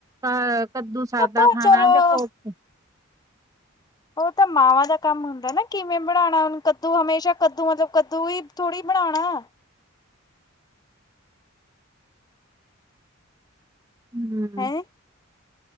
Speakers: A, on the right; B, on the left.
A: ਅ ਕੱਦੂ ਸਾਦਾ
B: ਉਹ ਤਾਂ
A: ਖਾਣਾ
B: ਚਲੋ
A: ਜਾਂ ਕੋਫਤੇ।
B: ਉਹ ਤਾਂ ਮਾਵਾਂ ਦਾ ਕੰਮ ਹੁੰਦਾ ਨਾ ਕਿਵੇਂ ਬਣਾਉਣਾ ਹੁਣ ਕੱਦੂ ਹਮੇਸ਼ਾ ਕੱਦੂ ਮਤਲਬ ਕੱਦੂ ਹੀ ਥੋੜ੍ਹੀ ਬਣਾਉਣਾ।
A: ਹੂੰ
B: ਹੈਂ